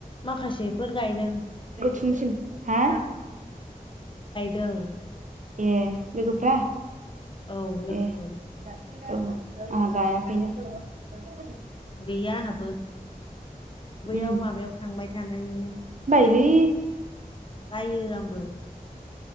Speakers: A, on the left; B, on the right.
A: माखासेफोर गायदों।
B: बेखौ थुनो थिन हा
A: दों
B: ए लोगोफ्रा
A: औ लोगोफोर
B: ए औ आंहा गायाखैनो। <inaudible>
A: गैया आंहाबो बैयाव
B: उम
A: माबायाव थांबाय थानानैनो।
B: लै
A: बायो आंबो।